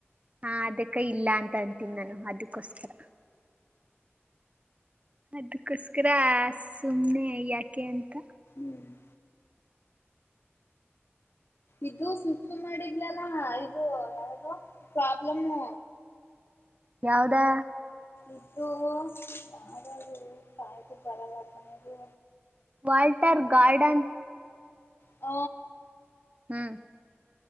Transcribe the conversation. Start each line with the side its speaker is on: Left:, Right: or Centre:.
Right: ಹ ಅದಕ್ಕ ಇಲ್ಲ ಅಂತ ಅಂತೀನಿ ನಾನು. ಹದು ಕ್ಕೋಸ್ಕರ ಅದಕ್ಕೋಸ್ ಕ್ರ ಸುಮ್ಮ್ನೆ ಯಾಕೆ ಅಂತ
Left: ಹ್ಮ್ ಇದು ಸುಸು ಮಾಡಿದ್ಲಲ್ಲ ಇದು ಯಾವ್ದೋ ಪ್ರಾಬ್ಲಮ್ಮು
Right: ಯಾವದಾ
Left: ಇದು ಯಾವ್ದು ಇದು ಕಾಯಿಗ್ ಬರಲ್ಲ ಕಣ್ ಇದು
Right: ವಾಲ್ಟರ್ ಗಾರ್ಡನ್
Left: ಹ
Right: ಹ್ಮ್